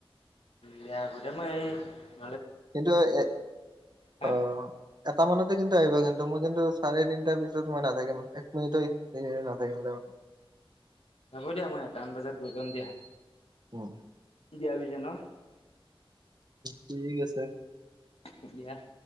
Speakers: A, on the left (about 90°); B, on the right (about 45°).
A: দিয়া হব্ দিয়া, মই সেই
B: কিন্তু এ
A: হা
B: অ এটা মানতে কিন্তু আহিবা কিন্তু মোৰ কিন্তু চাৰে তিনটাৰ পিছত মই নাথাকিম এক মিনিটো নাথাকিম যাব- <unintelligible>
A: হ'ব দিয়া মই এটামান বজাত গৈ পাম দিয়া-
B: অ-
A: য়াছে ন- <unintelligible>
B: ঠিক আছে
A: এতিয়া -